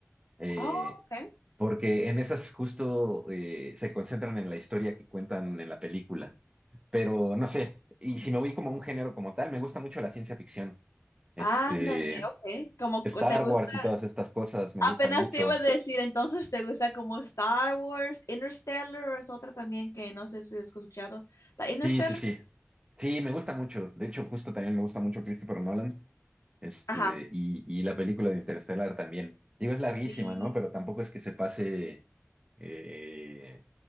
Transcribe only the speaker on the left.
Oh, okay.
Ándale, ok. Como
cu- te gusta.
Apenas
te iba a decir, entonces te gusta como Star Wars, Interstellar, o es otra también que no sé si has escuchado. La Interstellar.
Ajá.
Sí.